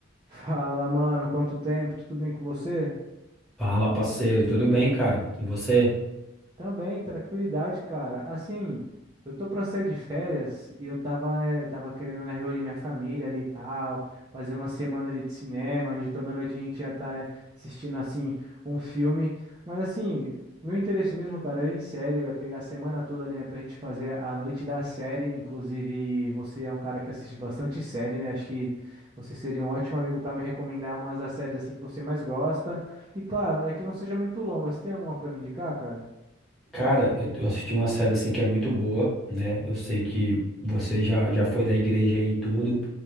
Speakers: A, on the right; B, in the centre.
A: Fala, mano, quanto tempo? Tudo bem com você?
B: Fala, parceiro, tudo bem, cara? E você?
A: Também, tranquilidade, cara. Assim, eu tô pra sair de férias e eu tava, né, tava querendo, né, reunir minha família ali e tal, fazer uma semana ali de cinema, onde toda noite a gente ia estar, né, assistindo, assim, um filme. Mas, assim, meu interesse mesmo, cara, era em série, eu ia pegar a semana toda ali, né, pra gente fazer a noite da série. Inclusive, você é um cara que assiste bastante série, né, acho que você seria um ótimo amigo pra me recomendar umas das séries, assim, que você mais gosta. E, claro, né, que não seja muito longa. Você tem alguma pra me indicar, cara?
B: Cara, eu, eu assisti uma série assim que é muito boa, né? Eu sei que você já, já foi da igreja aí e tudo,